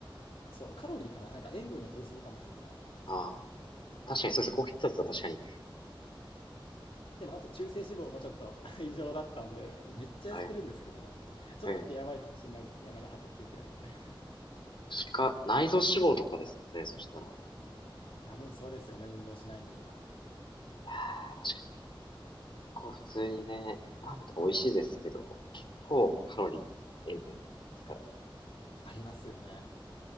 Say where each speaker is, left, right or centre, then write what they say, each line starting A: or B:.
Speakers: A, on the left; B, on the left.
A: そう、カロリーかななんか塩分の取りすぎかもしれない。その、
B: ああ、ね確かにそうですね。
A: そう。
B: 高血圧は確かに。
A: でもあと中性脂肪もちょっと <laughs> 異常だったんで、めっちゃ痩せてるんですけどね。
B: はい。
A: ちょっとやばいかもしれないですね。
B: ええ。
A: まだ二十歳くらいで。<laughs>
B: しか、内臓脂肪とかですかね。そしたら。いや
A: 多分そうですよね。運動しないんで今。
B: ー確かに結
A: あー
B: 構普通にね、
A: か
B: ラーメンとか美味しいですけど、結構カロリーも塩分もありますからね。
A: ありますよね。